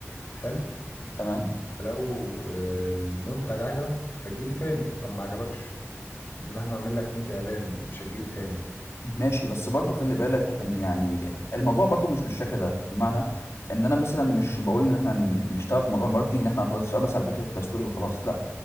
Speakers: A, on the left; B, on the left.
A: حلو
B: تمام
A: فلو آه، المنتج عجبك هتجيلي تاني طب ما عجبكش مهما اعمل لك 100 اعلان مش هتجيلي تاني
B: ماشي بس برضو خلي بالك ان يعني الموضوع برضو مش بالشكل ده بمعنى ان انا مثلا
A: مم.
B: مش بقول ان احنا ن- نشتغل في موضوع الماركتينج ان احنا خلاص نشتغل بس على فكرة التسويق وخلاص لا